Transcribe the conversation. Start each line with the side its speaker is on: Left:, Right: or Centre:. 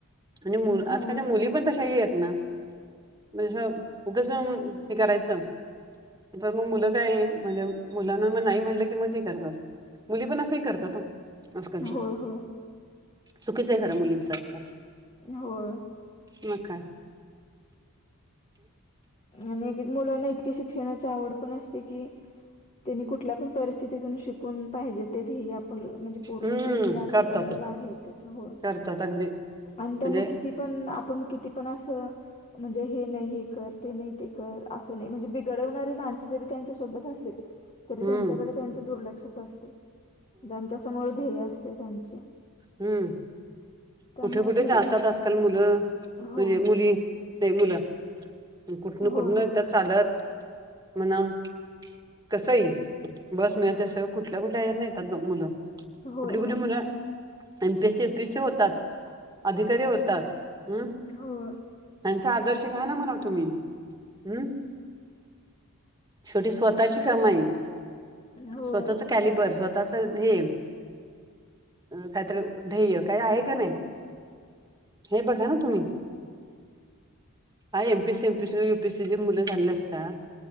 Right: आणि मुंबई
Left: हो
Right: आंजकांलच्या मुली पणं तशांही आहेतं नां म्हणजे असं कसं हे करायचं पणं मंग मुलं कायं आहे म्हं मुलांना मं नाहीं म्हटलं की मंग. करतांत मुली पणं असं करतातो आंजकांलच्या.
Left: होय होय
Right: चुकीचं आहे खरं मुलींचं आंजकांल.
Left: हो.
Right: मं कायं.
Left: आणि मुलांना इतकं यां शिक्षणांची आंवड पणं असते कि. त्यांनी कुठल्यां पणं परिस्थितीतूंन शिकूंन पाहिजे ते. म्हणजे पूर्ण
Right: हम्म
Left: केलेली अशी
Right: करतात
Left: पणं मुलं आहेतं हो
Right: करतात अगदी
Left: आणि
Right: म्हणजे
Left: त्यांना किती. पणं आपणं किती पणं असं म्हणजे हे नाहीं हे. करं ते नाहीं ते करं असं नाहीं म्हणजे बिघडवणारी माणसं जरी त्यांच्या सोबतं असलेत तरी
Right: हम्म
Left: त्यांच्याकडे त्यांचे दुर्लक्षच असतेय ज्यांच्या समोर ध्येय असतंय त्यांचे
Right: हम्मं
Left: त्यामुळे
Right: कुंठे कुंठे
Left: ध्येय
Right: जातांत आंजकांल मुलं.
Left: हो
Right: म्हणजे मुली ते मुलं कुठंन
Left: होय
Right: कुठंन
Left: होय
Right: त्यां चालतं. म्हणांम कसंही बसं मिळतं सं कुठल्यां कुठल्यां य नाहीेतांत मुलं.
Left: होय
Right: कुंठली
Left: होय
Right: कुंठे मुलं. एमपीएसी एपीएसी होतांत अधिकांरी होतांत हम्मं
Left: होय
Right: त्यांचा आदर्श घ्यां नां म्हणां तुम्हीं हम्मं शेवटी स्वंतःची कामांई
Left: होय होय
Right: स्वंतःचं. कालीब स्वंतः. असेल ते कांहींतरी ध्येंय कांहीं आहे कां नाहीं हे बघां नां तुम्हीं. कायं एमपीसी एमपीसी युपीएससी मुलं चाले असतांत.